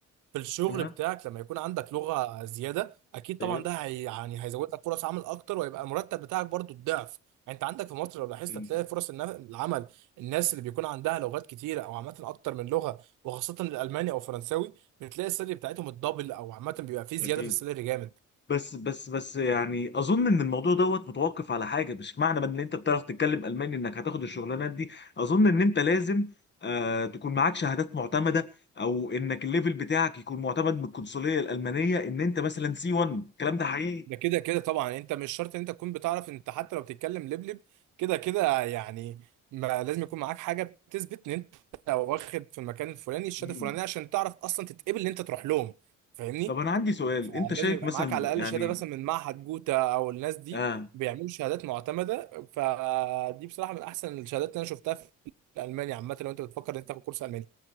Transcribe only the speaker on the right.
في الشغل
بتاعك لما يكون عندك لغة زيادة اكيد طبعا
ده هي يعني هيزود لك فرص عمل اكتر ويبقى المرتب بتاعك برضو الضعف يعني انت عندك في مصر لو لاحظت
هتلاقي فرص النا- العمل الناس اللي بيكون عندها لغات كتيرة او عامة اكتر من لغة وخاصة الالماني او الفرنساوي بتلاقي السالري بتاعتهم الدبل او عامة بيبقى فيه زيادة
في السالري جامد
ده كده كده طبعا انت مش شرط ان انت تكون بتعرف انت حتى لو بتتكلم لبلب كده كده يعني ما لازم يكون معاك حاجه بتثبت ان انت واخد في المكان الفلاني الشهاده
الفلانيه عشان تعرف اصلا تتقبل ان انت تروح لهم فاهمني
فلازم
يبقى
معاك على
الاقل شهاده مثلا من معهد جوتا او الناس دي
بيعملوا شهادات معتمده فدي بصراحه من احسن الشهادات اللي انا شفتها في المانيا عامه لو انت بتفكر ان انت تاخد كورس الماني